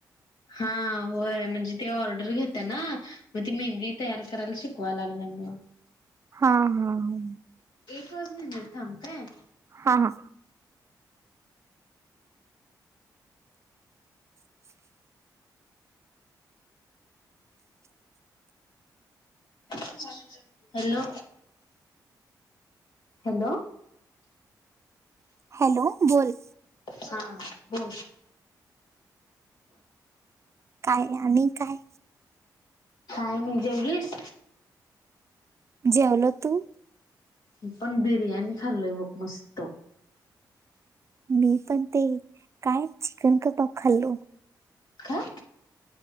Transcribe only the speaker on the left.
हां. होय म्हणजे ते ऑर्डर घेत्या ना मग, ती मेहंदी तयार करायला शिकवाय लागल्या मला.
पाच मिनिटं थांब काय.
Hello hello.
हा बोल.
काय नाही जेवलीस.
मी पण बिर्याणी खाल्लोय बघ मस्त.
काय?